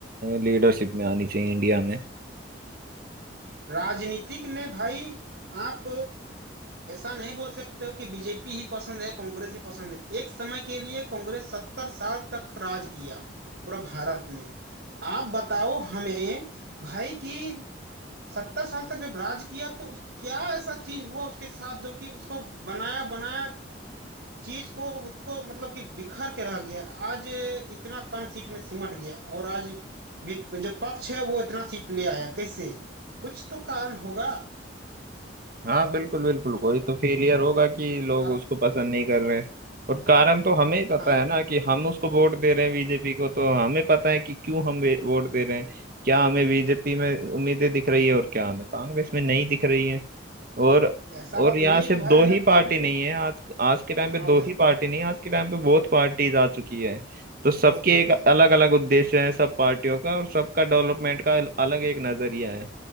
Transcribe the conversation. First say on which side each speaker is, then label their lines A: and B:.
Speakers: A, on the right; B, on the right.
A: लीडरशिप में आनी चाहिए इंडिया में
B: राजनीतिक में भाई आप ऐसा नहीं बोल सकते हो कि बीजेपी ही पसंद है कांग्रेस ही पसंद है एक समय के लिए कांग्रेस सत्तर साल तक राज किया पूरा भारत में आप बताओ हमें भाई कि सत्तर साल तक जब राज किया तो उसको क्या ऐसा चीज हुआ उसके साथ जो कि उसको बनाया बनाया चीज को उसको मतलब कि बिखर के रह गया आज इतना कम सीट में सिमट गया और आज विप- जो पक्ष है वो इतना सीट ले आया कैसे कुछ तो कारण होगा
A: हाँ बिल्कुल बिल्कुल कोई तो फेलियर होगा कि लोग
B: और
A: उसको पसंद नहीं कर रहे और कारण तो हमें ही पता
B: हाँ
A: है ना कि हम उसको वोट दे रहे हैं बीजेपी को तो हमें पता है कि क्यों हम वे- वोट दे रहे हैं क्या हमें बीजेपी में उम्मीदें दिख रही है और क्या हमें कांग्रेस में नहीं दिख रही है और
B: ऐसा
A: और
B: बात
A: यहाँ
B: नहीं है
A: सिर्फ
B: कि भाई
A: दो
B: हमें
A: ही
B: बीजेपी
A: पार्टी नहीं
B: को
A: है आज आज के टाइम पे
B: हाँ
A: दो
B: भाई
A: ही पार्टी नहीं है आज के टाइम पे बहुत पार्टीज आ चुकी है तो सबके
B: बहुत पार्टी
A: एक
B: है
A: अलग अलग उद्देश्य है सब पार्टियों का और सबका डेवलपमेंट का अलग एक नजरिया है